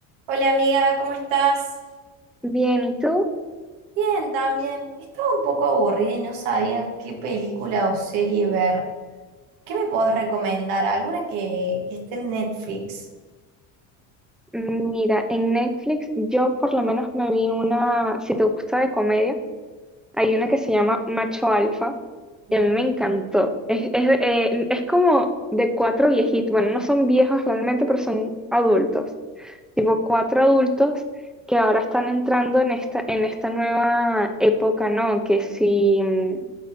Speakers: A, on the right; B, in the centre.
A: Hola amiga, ¿cómo estás?
B: Bien, ¿y tú?
A: Bien, también. Estaba un poco aburrida y no sabía qué película o serie ver. ¿Qué me podés recomendar? ¿Alguna que, que esté en Netflix?
B: Mira, en Netflix yo por lo menos me vi una, si te gusta de comedia, hay una que se llama Macho Alfa
A: Ma-
B: y a mí me encantó. Es, es, de- eh, es como de cuatro viejitos, bueno, no son viejos realmente, pero son adultos, tipo cuatro adultos que ahora están entrando en esta, en esta nueva época, ¿no? Que si mm,